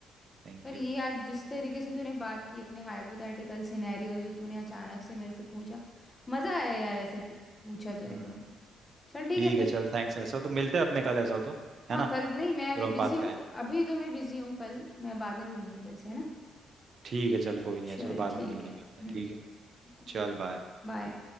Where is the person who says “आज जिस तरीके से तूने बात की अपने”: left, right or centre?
Left